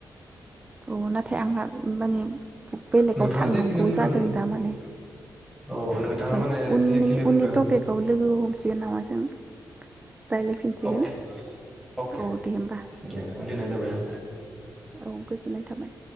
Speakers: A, on the right; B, in the centre.
A: औ नाथ नाथाय आंहा माने बेलेगाव
B: नोंथाङा
A: थांनांगौ
B: जिखिनि बुंदों
A: जादों दा माने
B: औ नोंथाङा
A: औ
B: माने
A: उननि
B: जिखिनि बुंदों
A: उननि टपिकआव लोगो ह जासिगोन नामा जों रायज्लायफिनसिगोन
B: अके अके
A: औ दे होमबा
B: दे दोननो जाबाय आं।
A: औ गोजोननाय थाबाय।